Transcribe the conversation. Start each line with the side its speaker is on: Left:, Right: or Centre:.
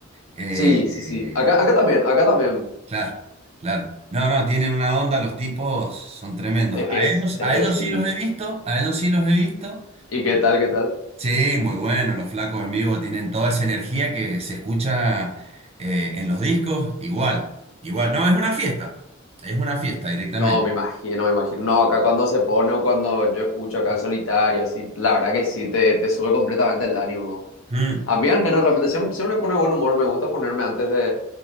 Right: Eh,
Left: Sí, sí, sí.
Right: eh,
Left: Acá, acá también, acá también.
Right: claro, claro. No, no, tienen una onda, los tipos son tremendos.
Left: Es
Right: A
Left: que, es
Right: ellos,
Left: es
Right: a
Left: que
Right: ellos
Left: sí.
Right: sí los he visto, a ellos sí los he visto.
Left: ¿Y qué tal, qué tal?
Right: Sí, muy bueno, los flacos en vivo tienen toda esa energía que se escucha eh, en los discos, igual, igual, no, es una fiesta, es una fiesta directamente.
Left: No, me imagino, me imagino. No, acá cuando se pone o cuando yo escucho acá en solitario, sí, la verdad que sí, te, te sube completamente el ánimo.
Right: Mm,
Left: A mí al menos realmente siempre, siempre me pone buen humor, me gusta ponerme antes de,